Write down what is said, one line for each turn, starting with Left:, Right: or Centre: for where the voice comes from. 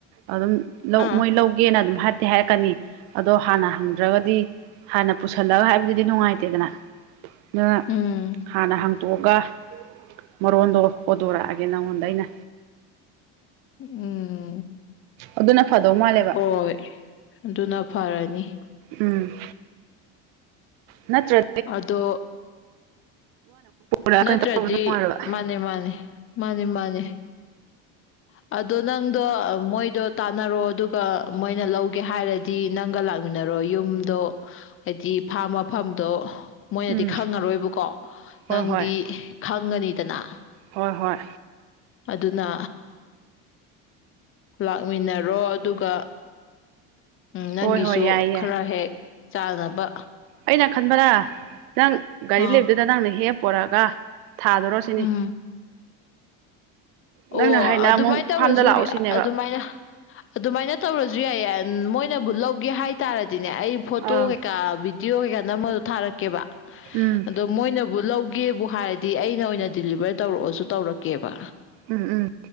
Right: ꯑꯗꯨꯝ ꯂꯧ
Left: ꯑꯥ
Right: ꯃꯣꯏ ꯂꯧ ꯒꯦꯅ ꯑꯗꯨꯝ ꯍꯥꯏꯇꯤ ꯍꯥꯏꯔꯛꯀꯅꯤ ꯑꯗꯣ ꯍꯥꯟꯅ ꯍꯪꯗ꯭ꯔꯒꯗꯤ ꯍꯥꯟꯅ ꯄꯨꯁꯜꯂꯒ ꯍꯥꯏꯕꯗꯤ ꯅꯨꯡꯉꯥꯏꯇꯦꯗꯅ ꯍꯥꯟꯅ
Left: ꯎꯝ
Right: ꯍꯪ -unintelligible ꯇꯣꯛꯑꯒ ꯃꯔꯣꯟꯗꯣ ꯍꯣꯗꯣꯔꯛꯑꯒꯦ ꯅꯪꯉꯣꯟꯗ ꯑꯩꯅ
Left: ꯎꯝ
Right: ꯑꯗꯨꯅ ꯐꯗꯧ ꯃꯥꯜꯂꯦꯕ
Left: ꯍꯣꯏ ꯑꯗꯨꯅ ꯐꯔꯅꯤ
Right: ꯎꯝ ꯅꯠꯇ꯭ꯔ
Left: ꯑꯗꯣ
Right: ꯋꯥꯅ--inaudible
Left: ꯅꯠꯇ꯭ꯔꯗꯤ ꯃꯥꯅꯦ ꯃꯥꯅꯦ ꯃꯥꯅꯦ ꯃꯥꯅꯦ ꯑꯗꯣ ꯅꯪꯗꯣ ꯃꯣꯏꯗꯣ ꯇꯥꯟꯅꯔꯣ ꯑꯗꯨꯒ ꯃꯣꯏꯅ ꯂꯧꯒꯦ ꯍꯥꯏꯔ unintelligible ꯗꯤ ꯅꯪꯒ ꯂꯥꯛꯃꯤꯟꯅꯔꯣ ꯌꯨꯝꯗꯣ ꯍꯥꯏꯗꯤ ꯐꯥꯔꯃ- unintelligible ꯃꯐꯝꯗꯣ ꯃꯣꯏꯅꯗꯤ
Right: ꯎꯝ
Left: ꯈꯪꯉꯔꯣꯏꯕꯀꯣ
Right: ꯍꯣꯏ
Left: ꯅꯪꯗꯤ
Right: ꯍꯣꯏ
Left: ꯈꯪꯒꯅꯤꯗꯅ
Right: ꯍꯣꯏ ꯍꯣꯏ
Left: ꯑꯗꯨꯅ ꯂꯥꯛꯃꯤꯟꯅꯔꯣ ꯑꯗꯨꯒ ꯅꯪꯒꯤꯁꯨ
Right: ꯍꯣꯏ ꯍꯣꯏ ꯌꯥꯏ ꯌꯥꯏ
Left: ꯈꯔ ꯍꯦꯛ ꯆꯥꯅꯕ
Right: ꯑꯩꯅ ꯈꯟꯕꯅꯥ ꯅꯪ ꯒꯥꯔꯤ
Left: ꯑꯥ
Right: ꯂꯩꯕꯗꯨꯗ ꯅꯪꯅ ꯍꯦꯛ ꯄꯣꯔꯛꯑꯒ ꯊꯥꯗꯣꯔꯁꯤꯅꯤ
Left: ꯎꯝ ꯑꯣ
Right: ꯅꯪꯅ ꯍꯥꯏꯅ
Left: ꯑꯗꯨꯃꯥꯏꯅ
Right: ꯑꯃꯨꯛ ꯐꯥꯔꯝꯗ
Left: ꯇꯧꯔꯁꯨ
Right: ꯂꯥꯛꯑꯣ ꯁꯤꯅꯦꯕ
Left: ꯑꯗꯨꯃꯥꯏꯅ ꯑꯗꯨꯃꯥꯏꯅ ꯇꯧꯔꯁꯨ ꯌꯥꯏꯌꯦ ꯃꯣꯏꯅꯕꯨ ꯂꯧꯒꯦ ꯍꯥꯏꯇꯥꯔꯗꯤꯅꯦ ꯑꯩ ꯐꯣꯇꯣ
Right: ꯑꯥ
Left: ꯀꯩꯀꯥ ꯚꯤ- unintelligible ꯚꯤꯗꯤꯌꯣ ꯀꯩꯀꯥꯅꯝꯃ ꯊꯥꯔꯛꯀꯦꯕ
Right: ꯎꯝ
Left: ꯑꯗꯣ ꯃꯣꯏꯅꯕꯨ ꯂꯧꯒꯦꯕꯨ ꯍꯥꯏꯔꯗꯤ ꯑꯩꯅ ꯑꯣꯏꯅ ꯗꯤꯂꯤꯚꯔ ꯇꯧꯔꯛꯑꯣꯁꯨ ꯇꯧꯔꯛꯀꯦꯕ
Right: ꯎꯝ ꯎꯝ